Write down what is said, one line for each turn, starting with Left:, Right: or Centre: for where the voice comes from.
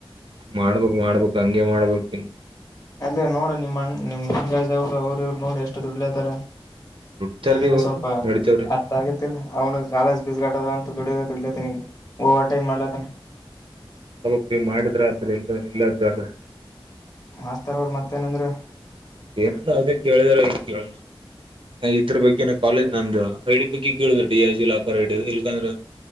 Right: ಮಾಡ್ಬೇಕಕ್ ಮಾಡ್ಬೇಕಕ್ ಹಂಗೆ ಮಾಡ್ಬೇಕಕ್ನ್
Left: ಅಲ್ಲೇ ನೋಡ ನಿಮ್ಮಣ್ಣ ನಿಮ್ ದಂಗರಾಜ್ ಅವರು ಅವ್ರ ಇವ್ರು ನೋಡಿ ಎಷ್ಟು ದುಡ್ಡಲೇತಾರೆ
Right: ದುಡ್ತಾರೀ
Left: ನಿನಗ
Right: ಅವ್ರು
Left: ಸ್ವಲ್ಪ
Right: ನಡಿತೇವ್ರಿ
Left: ಅರ್ಥ ಆಗೇತಿಲ್ಲ ಅವನಗ ಕಾಲೇಜ್ ಬೀಸ್ಗಾಡ್ <unintelligible> ಅಂತ ದುಡಿಯ ದುಡಿಯತನಿಗೆ ಓ ಆಟ ಈ ಮಾಡ್ಲತ
Right: ಮಾಡಡ್ಬ್ರೀ ಮಾಡಿದ್ರ ಅದ್ರ ಎ ಇಲ್ಲ ದೊಡ್ರ
Left: ಮಾಸ್ತರ್ ಅವರು ಮತ್ತೇನಂದ್ರ
Right: ಮತ್ತೇಏನ ಅದೇ ಕೇಳಿದಾರ ನ್ ಕೇಳನ ಇದ್ರ ಬಗ್ಗೆನ ಕಾಲೇಜ್ ನಂದ ಐಡಿ ಬಗ್ಗೆ ಕೇಳುದ್ರ D I G locker ID ಇಲ್ಕಂದ್ರೆ